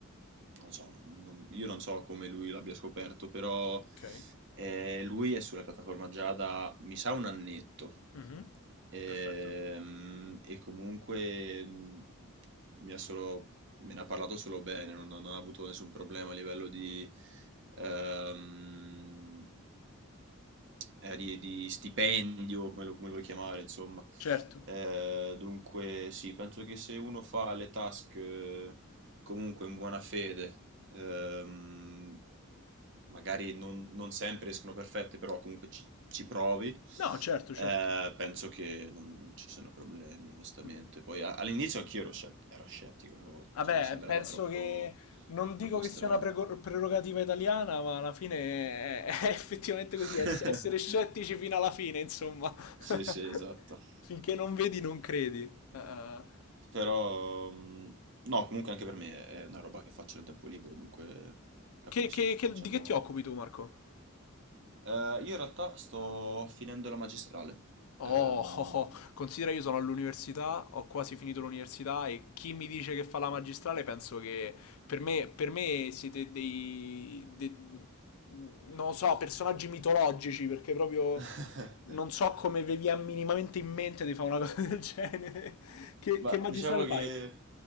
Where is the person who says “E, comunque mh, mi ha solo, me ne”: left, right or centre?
Right